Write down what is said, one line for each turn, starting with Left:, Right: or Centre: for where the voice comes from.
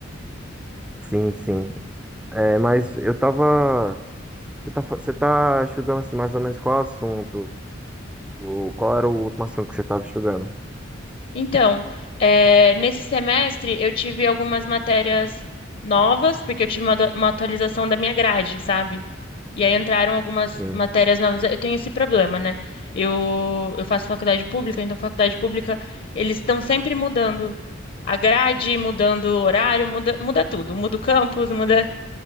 Centre: Sim, sim. É, mas eu tava. Você tá, fa- você tá estudando assim, mais ou menos qual assunto? O- Qual era o último assunto que você tava estudando?
Left: Então, eh, nesse semestre eu tive algumas matérias novas, porque eu tive uma, do- uma atualização da minha grade, sabe? E aí entraram algumas
Centre: Sim.
Left: matérias novas. Eu tenho esse problema, né? Eu, eu faço faculdade pública, então faculdade pública, eles estão sempre mudando a grade, mudando o horário, muda, muda tudo. Muda o campus, muda.